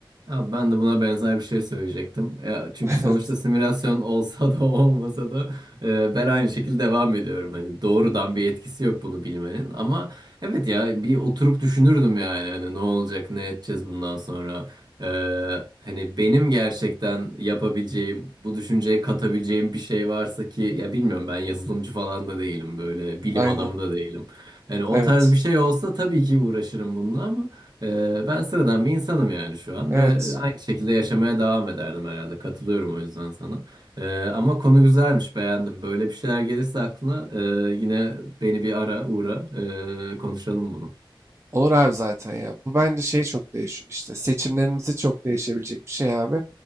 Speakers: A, on the right; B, on the right.
A: Ya ben de buna benzer bir şey söyleyecektim. Ya çünkü
B: <laughs>
A: sonuçta
B: Evet.
A: simülasyon olsa da <laughs> olmasa da e, ben aynı şekilde devam ediyorum. Hani doğrudan bir etkisi yok bunu bilmenin. Ama evet ya bir oturup düşünürdüm yani hani ne olacak ne edeceğiz bundan sonra. E, hani benim gerçekten yapabileceğim bu düşünceye katabileceğim bir şey varsa ki ya bilmiyorum ben yazılımcı falan da değilim böyle bilim
B: Aynen.
A: adamı da değilim. Hani o
B: Evet.
A: tarz bir şey olsa tabii ki uğraşırım bununla ama. Ee, ben sıradan bir insanım yani şu an
B: Evet.
A: ve aynı şekilde yaşamaya devam ederdim herhalde. Katılıyorum o yüzden sana. Ee, ama konu güzelmiş, beğendim. Böyle bir şeyler gelirse aklına e, yine beni bir ara uğra, e, konuşalım bunu.
B: Olur abi zaten ya. Bu bence şey çok değişiyor işte. Seçimlerimizi çok değişebilecek bir şey abi.